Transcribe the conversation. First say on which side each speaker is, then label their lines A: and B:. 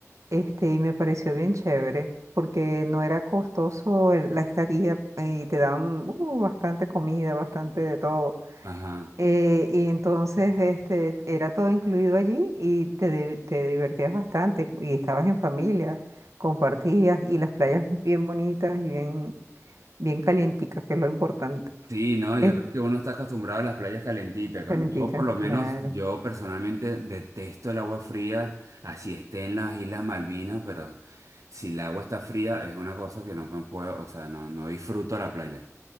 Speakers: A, on the right (about 70°); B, on the right (about 85°).
A: Este, y me pareció bien chévere, porque no era costoso el- la estadía eh, y te daban uh, bastante comida, bastante de todo.
B: Ajá.
A: Eh, y entonces este, era todo incluido allí y te, di- te divertías bastante y estabas en familia, compartías y las playas bien bonitas y bien, bien calienticas, que es lo importante.
B: Sí, no,
A: Es
B: yo creo que uno está acostumbrado a las playas calentitas. Cuando
A: calientica,
B: yo, por lo menos,
A: claro.
B: yo personalmente detesto el agua fría, así esté en las Islas Malvinas, pero si el agua está fría es una cosa que no me puedo, o sea, no, no disfruto la playa.